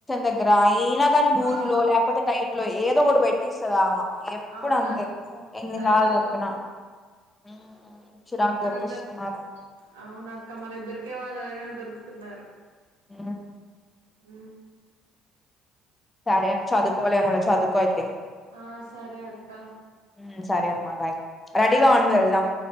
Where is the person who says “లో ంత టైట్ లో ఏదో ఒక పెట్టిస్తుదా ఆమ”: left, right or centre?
Left